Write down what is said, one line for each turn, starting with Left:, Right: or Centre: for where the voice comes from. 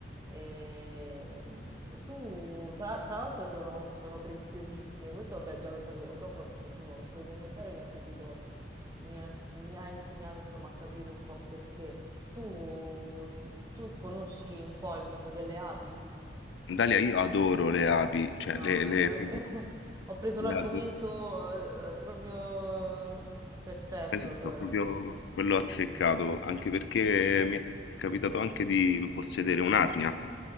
Right: Ehm, tu, tra, tra l'altro, sono, sono preziosissime. Questo, vabbè, già lo sapevo, proprio, insomma, questo documentario mi ha capito, mi ha, mi ha insegnato, insomma, a capire un po' perché. Tu, tu conosci un po' il mondo delle api?
Left: Dalia, io adoro le api, cioè
Right: No,
Left: le, le- proprio-
Right: <laughs> ho preso
Left: le
Right: l'argomento
Left: adoro.
Right: eh, proprio perfetto,
Left: Esatto,
Right: allora.
Left: proprio quello azzeccato, anche perché mi è capitato anche di possedere un'arnia.